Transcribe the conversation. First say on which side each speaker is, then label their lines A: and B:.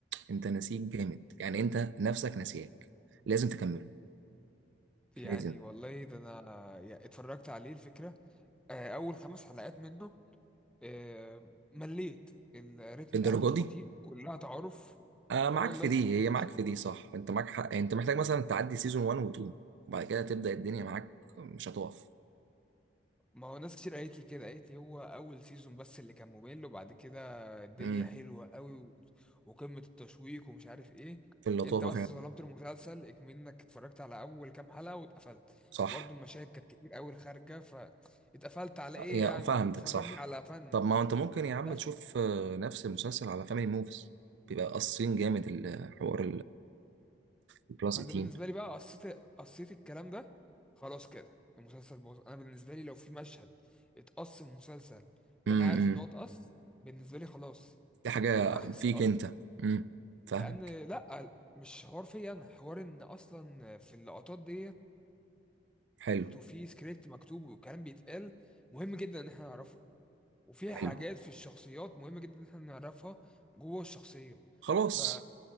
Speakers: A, on the right; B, in the centre.
A: انت نسيك جامد يعني انت نفسك نسيك لازم تكمله
B: يعني
A: لازم
B: والله ده انا يا- اتفرجت عليه الفكره آه، اول خمس حلقات منه آه، مليت الريتم
A: الدرجه
B: الاحداث
A: دي
B: بطيء كلها تعارف
A: آه معاك
B: اه والله
A: في دي
B: إن-
A: هي معاك في دي صح انت معاك حق يعني انت محتاج مثلا تعدي سيزون 1 و 2 وبعد كده تبدا الدنيا معاك مش هتقف
B: ما هو ناس كتير قالت لي كده قالت لي هو اول سيزون بس اللي كان ممل وبعد كده الدنيا
A: امم
B: حلوه قوي و- وقمه التشويق ومش عارف ايه
A: في اللطافه
B: انت بس
A: فعلا
B: ظلمت المسلسل اكمنك اتفرجت على اول كام حلقه واتقفلت
A: صح
B: وبرضه المشاهد كانت كتير قوي خارجه فاتقفلت على
A: آه،
B: ايه
A: يا
B: يعني
A: فاهمتك
B: انت بتفرجني
A: صح
B: على فن
A: طب ما انت ممكن يا عم
B: ده
A: تشوف آه، نفس المسلسل على فاميلي موفيز بيبقى قاصين جامد الحوار البلس
B: ما انا
A: 18
B: بالنسبه لي بقى قصيت قصيت الكلام ده خلاص كده المسلسل باظ انا بالنسبه لي لو في مشهد اتقص من المسلسل وانا
A: امم
B: عارف ان هو اتقص بالنسبه لي خلاص
A: دي حاجة
B: الاحداث
A: فيك
B: اتقطت
A: انت امم فاهمك
B: لان لا مش حوار فيا انا حوار ان اصلا في اللقطات ديت
A: حلو
B: وفي سكريبت مكتوب وكلام بيتقال مهم جدا ان احنا نعرفه وفي
A: حلو
B: حاجات في الشخصيات مهمه جدا ان احنا نعرفها جوه الشخصيه
A: خلاص
B: ف